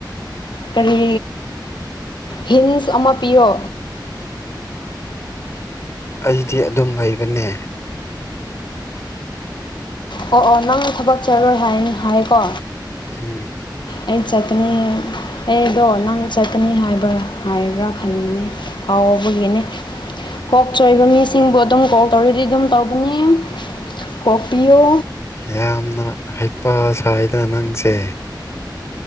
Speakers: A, on the left; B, on the left.
A: ꯀꯔꯤ ꯍꯤꯟꯁ ꯑꯃ ꯄꯤꯌꯣ
B: ꯑꯩꯗꯤ ꯑꯗꯨꯝ ꯂꯩꯕꯅꯦ
A: ꯑꯣ ꯑꯣ ꯅꯪꯅ ꯊꯕꯛ ꯆꯔꯣꯏ ꯍꯥꯏ ꯍꯥꯏꯀꯣ
B: ꯍ
A: ꯑꯩꯠ ꯆꯀꯅꯤ ꯑꯩꯗꯣ ꯅꯪ ꯆꯠꯀꯅꯤ ꯍꯥꯏꯕ꯭ꯔꯥ ꯍꯥꯏꯕ꯭ꯔꯥ ꯈꯟꯕꯅꯤ ꯍꯥꯎꯕꯒꯤꯅꯦ ꯀꯣꯛ ꯆꯣꯏꯕ ꯃꯤꯁꯤꯡꯕꯨ ꯑꯗꯨꯝ ꯀꯣꯛꯜ ꯇꯧꯔꯗꯤ ꯑꯗꯨꯝ ꯇꯧꯕꯅꯤ ꯀꯣꯛ ꯄꯤꯌꯨ
B: ꯌꯥꯝꯅ ꯍꯩꯄ ꯁ꯭ꯋꯥꯏꯗ ꯅꯪꯁꯦ